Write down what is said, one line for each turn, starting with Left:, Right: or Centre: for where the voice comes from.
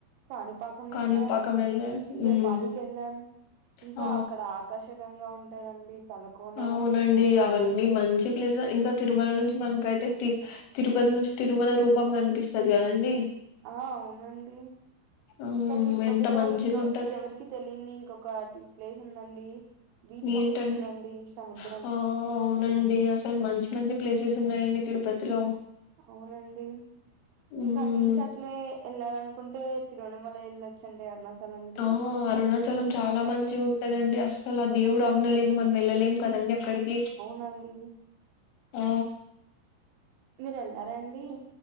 Right: కాణిపాకం
Left: కాణిపాకం
Right: ఎల్లాం,
Left: వెళ్ళారు
Right: జపాలికెల్లాం
Left: ఉమ్.
Right: ఇంకా
Left: ఆ,
Right: అక్కడ ఆకాశ గంగా ఉంటదండి తలకోన
Left: అవునండి అవన్నీ మంచి ప్లేస ఇంకా తిరుమల నుంచి మనకై తే తి తిరుపతి నుంచి తిరుమల రూపం కనిపిస్తది కదండి.
Right: ఆ అవునండి.
Left: ఉమ్,
Right: ఇంకా తిరుపతిలో
Left: ఎంత మంచిగా
Right: ఇంకో
Left: ఉంటుంది
Right: ఎవరికి తెలియంది ఇంకొకటి ప్లేస్ ఉందండి. బీచ్
Left: ఏంటండి
Right: ఒకటి ఉందండి సముద్రం
Left: ఆ అవునండి అసల్ మంచి మంచి ప్లేసెస్ ఉన్నాయండి. తిరుపతిలో
Right: అవునండి
Left: హ్మ్.
Right: ఇంక అట్నుంచి అట్లే ఎళ్ళాలనుకుంటే, తిరువనమలై ఎళ్ళచ్చండి అరుణాచలానికి
Left: ఆ! అరుణాచలం చాలా మంచి గుంటదండి అస్సల్ ఆ దేవుడు ఆజ్ఞా లేన్ది మనం ఎళ్ళలేం కదండి అక్కడికి
Right: నంది
Left: ఆ
Right: మీరు వెళ్ళారా అండి